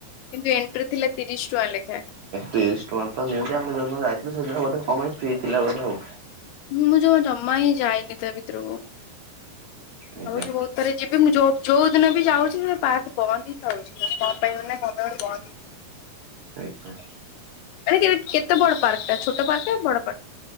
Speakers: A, on the left; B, on the right.
A: କିନ୍ତୁ ଏଣ୍ଟ୍ରି ଥିଲା ତିରିଶ ଟଙ୍କା ଲେଖା।
B: ତିରିଶ ଟଙ୍କାତ ନିଅନ୍ତୀ ଆମେ ଯଉଦିନ ଯାଇଥିଲୁ ସେଦିନ ବୋଧେ କପାଇଁ ଫ୍ରି ଥିଲା ବୋଧେ ଆଉ।
A: ମୁଁ ଯୋଉ ଜମା ହିଁ ଯାଇନି ତା ଭିତରକୁ
B: ଆଜ୍ଞା
A: ଭାବୁଛି ବହୁତ ପରେ ଯିବି ମୁଁ ଜ ଯୋଉ ଦିନ ବି ଯାଉଛି ସେ ପାର୍କ ବନ୍ଦ ହିଁ ଥାଉଛି କଣ ପାଇଁ ମାନେ ମନେ ମନେ ବନ୍ଦ
B: ହେଇପା।
A: ଆରେ କେ କେତେ ବଡ ପାର୍କଟା ଛୋଟ ପାର୍କ ବଡ ପାର୍କ?